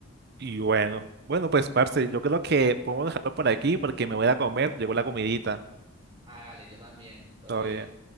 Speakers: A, on the right; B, on the right.
A: Y bueno, bueno, pues parce, yo creo que podemos dejarlo por aquí porque me voy a comer, llegó la comidita.
B: Hágale, yo también. Todo
A: Todo
B: bien.
A: bien.